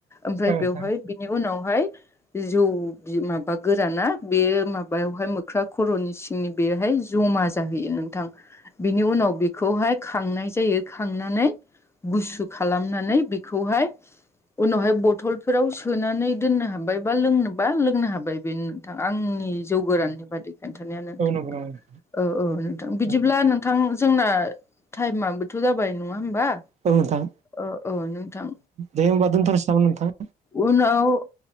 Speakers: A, on the left; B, on the right.
A: ओमफ्राय
B: नोंथां
A: बेवहाय
B: औ नोंथां
A: बिनि उनावहाय जौ बि माबा गोराना बे माबायावहाय मोख्रा खर'नि सिंनि बेहाय जमा जाहैयो नोंथां। बिनि उनाव बेखौहाय खांनाय जायो खांनानै गुसु खालामनानै बेखौहाय उनावहाय बथलफोराव सोनानै दोननो हाबाय बा लोंनोबा लोंनो हाबाय बेनो नोंथां आंनि जौ गोराननि बादै खिथानाया नोंथां
B: औ नंगौ नंगौ
A: औ औ नोंथां बिदिब्ला
B: औ
A: नों नोंथां जोंना टाइमाबोथ' जाबाय नङा होमबा?
B: औ नोंथां
A: औ औ नोंथां
B: दे होमबा दोन्थ'नोसै नामा नोंथां?
A: उनाव